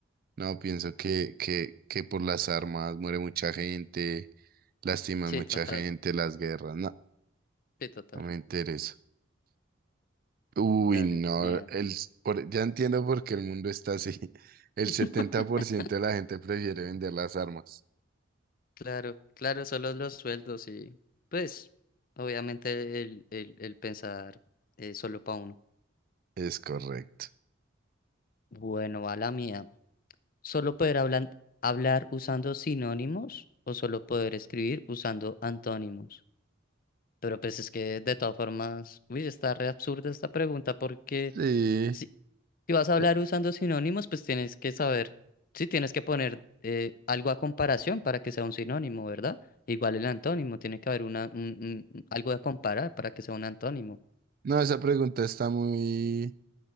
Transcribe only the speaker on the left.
Sí,
total,
sí, total.
Dale,
bien.
<laughs>
Claro, claro, solo los sueldos y pues obviamente el, el, el pensar eh, solo para uno.
Bueno, va la mía. ¿Solo poder hablan- hablar usando sinónimos o solo poder escribir usando antónimos? Pero pues es que de todas formas, uy, está re absurda esta pregunta porque
si, si vas a hablar
usando sinónimos, pues tienes que saber, sí, tienes que poner eh, algo a comparación para que sea un sinónimo, ¿verdad? Igual el antónimo, tiene que haber una, un- un- algo a comparar para que sea un antónimo.